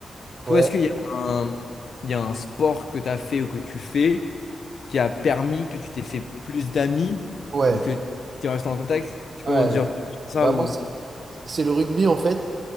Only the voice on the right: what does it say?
Ouais.
Ouais.
Ouais.
Bah
moi, c'est c'est- c'est le rugby en fait.